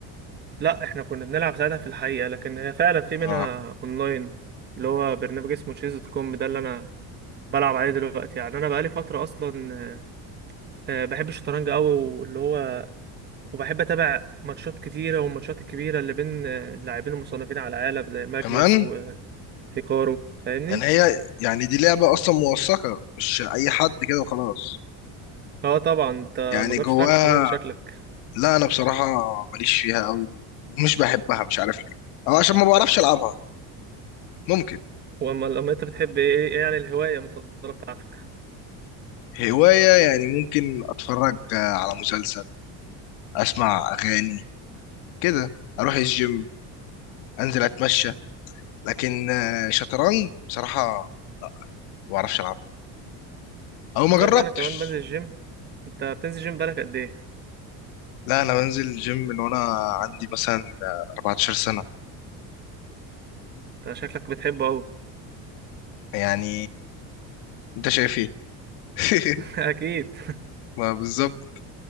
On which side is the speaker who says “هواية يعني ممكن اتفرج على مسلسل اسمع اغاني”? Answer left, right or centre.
Left